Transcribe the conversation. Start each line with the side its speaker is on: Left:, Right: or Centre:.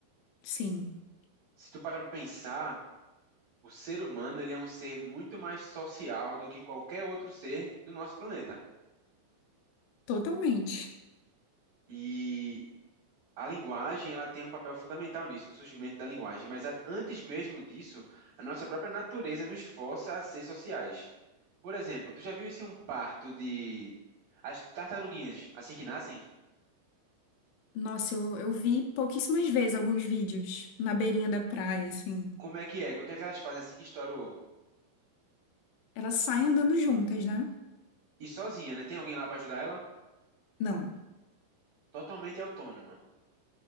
Left: sim,
Right: Se tu parar para pensar, O ser humano, ele é um ser muito mais social do que qualquer outro ser do nosso planeta.
Left: totalmente.
Right: E a linguagem, ela tem um papel fundamental nisso, o surgimento da linguagem. Mas a- antes mesmo disso, a nossa própria natureza nos força a ser sociais. Por exemplo, tu já viu assim um parto de as tartaruguinhas, assim que nascem?
Left: Nossa, eu, eu vi pouquíssimas vezes alguns vídeos na beirinha da praia, assim.
Right: Como é que é? O que é que elas fazem assim que estoura o ovo?
Left: Elas saem andando juntas, né?
Right: E sozinha, né? Tem alguém lá para ajudar ela?
Left: Não,
Right: Totalmente autônoma.